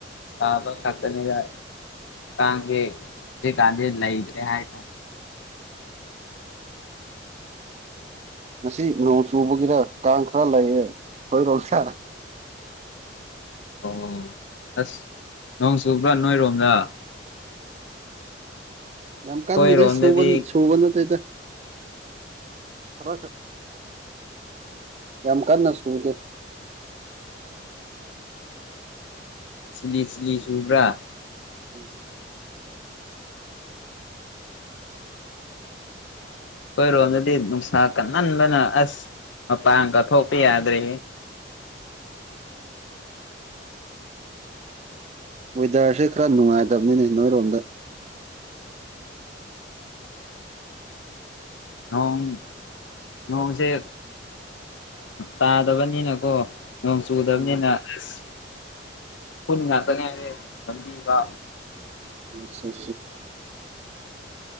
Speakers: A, on the left; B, on the right.
A: ꯁꯥꯕ ꯈꯥꯗꯅꯤ ꯌꯥꯥꯏ ꯀ ꯀꯥꯗ ꯂꯥꯏ ꯀꯦ ꯍꯥꯏ ꯇ
B: ꯉꯁꯤ ꯅꯣꯡ ꯆꯨꯕꯒꯤꯔ ꯀꯥꯡ ꯈꯔ ꯂꯩꯌꯦꯦ ꯍꯣꯏꯔꯣꯝ ꯁꯥ
A: ꯑꯣ ꯑꯁ ꯅꯣꯡ ꯆꯨꯕ꯭ꯔꯥ ꯅꯣꯏꯔꯣꯝꯗ
B: ꯌꯥꯝ
A: ꯑꯩꯈꯣꯏꯔꯣꯝꯗꯗꯤ
B: ꯀꯥꯟ ꯅꯗꯤ ꯁꯨꯕ ꯁꯨꯕꯅ ꯇ ꯔ ꯌꯥꯝ ꯀꯟꯅ ꯁꯨꯗꯦ
A: ꯁꯤꯂꯤ ꯁꯤ꯭ꯂꯤ ꯁꯨꯕ꯭ꯔꯥ
B: ꯎꯝ
A: ꯑꯩꯈꯣꯏꯔꯣꯝꯗꯗꯤ ꯅꯨꯡꯁꯥ ꯀꯟꯍꯟꯕꯅ ꯑꯁ ꯃꯄꯥꯡꯒꯠꯊꯣꯛꯄ ꯌꯥꯗ꯭ꯔꯦ
B: ꯋꯦꯗꯔꯁꯦ ꯈꯔ ꯅꯨꯡꯉꯥꯏꯇꯕꯅꯤꯅꯦ ꯅꯣꯏꯔꯣꯝꯗ
A: ꯅꯣꯡ ꯅꯣꯡꯁꯦ ꯇꯥꯗꯕꯅꯤꯅꯀꯣ ꯅꯣꯡ ꯆꯨꯗꯕꯅꯤꯅ
B: ꯎꯝ
A: ꯑꯁ ꯄꯨꯟ ꯉꯥꯛꯇꯅꯦ ꯍꯥꯏꯔꯦ ꯂꯝꯝꯕꯤꯕ
B: ꯑꯆꯥ ꯑ